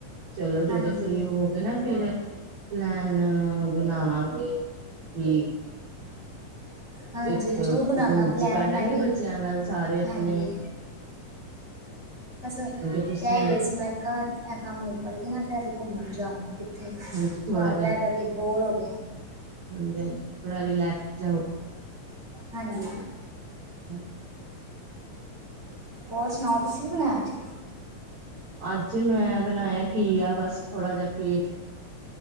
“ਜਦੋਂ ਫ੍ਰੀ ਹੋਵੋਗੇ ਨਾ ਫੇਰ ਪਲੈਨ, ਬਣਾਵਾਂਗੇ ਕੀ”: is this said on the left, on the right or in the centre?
Right